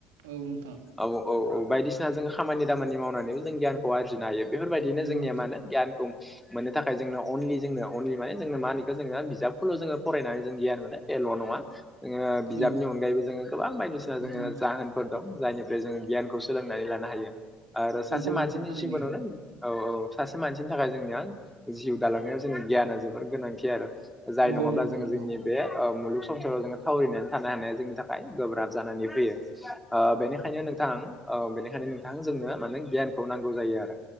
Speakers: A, on the right; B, in the centre.
A: औ नोंथां
B: औ औ औ बायदिसिना जों खामानि दामानि मावनानै जों गियानखौ आरजिनो हायो। बेफोरबायदिनो
A: नंगौ
B: जोंनिया
A: नोंथां
B: मानो गियानखौ मोननो थाखाय जोंनो अनलि जोंनो अनलि माने जोंनो माानिखौ जोङो बिजाबखौल' जोङो फरायनानै जों गियान मोनो बेल' न'ङा जोङो बिजाबनि
A: उम
B: अनगायैबो जोङो गोबां बायदिसिना
A: नंगौ
B: जोङो
A: नोंथां
B: जाहोन फोर दं जायनिफ्राय जोङो गियानखौ सोलोंनानै लानो हायो आरो सासे
A: नंगौ
B: मानसिनि
A: नोंथां थारैनो
B: जिबनावनो औ औ सासे मानसिनि थाखाय जोंनियां जिउ दालांनायाव जोंनि गियाना जोबोर गोनांथि आरो जाय
A: नंगौ
B: नङाब्ला
A: नोंथां
B: जोङो
A: नंगौ
B: जोंनि बे ओ मुलुग संसाराव जोङो थावरिनानै थानो हानाया जोंनि थाखाय गोब्राब जानानै फैयो ओ बेनिखायनो नोंथां ओ बेनिखायनो नोंथां जोंनो माने गियानखौ नांगौ जायो आरो